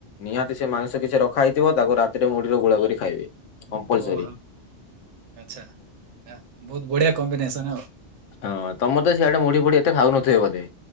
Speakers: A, on the left (about 85°); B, on the right (about 75°).
A: ନିହାତି ସେ ମାଂସ କିଛି ରଖା ହେଇଥିବ ତାକୁ ରାତିରେ ମୁଢିରେ ଗୋଳା କରି ଖାଇବେ। କମ୍ପଲସରି।
B: ଓ ହୋ ଆଚ୍ଛା ଆ ବହୁତ ବଢିଆ କମ୍ବିନେସନ୍ ଆଉ।
A: ହଁ ତମର ତ ସିଆଡେ ମୁଢିୁ ଫୁଡି ଏତେ ଖାଉନଥିବେ ବୋଧେ?